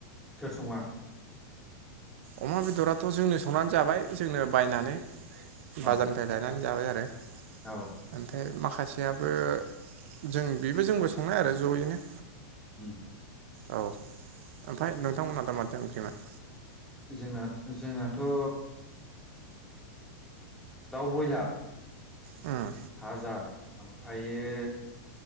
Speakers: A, in the centre; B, on the right.
A: सोर सङा?
B: अमा बेदराथ' जोंनो संनानै जाबाय जोंनो बायनानै
A: औ
B: बाजारनिफ्राय लायनानै जाबाय आरो <unintelligible>
A: औ
B: ओमफ्राय माखा खासेयाबो जों बेबो जोंबो संनाय आरो जयैनो
A: उम
B: औ ओमफाय नोंथांमोनहा दा माथो ओंख्रैमोन?
A: जोंना जोंनाथ' ओ दाउ बयलार
B: ओम
A: फाजा ओमफायो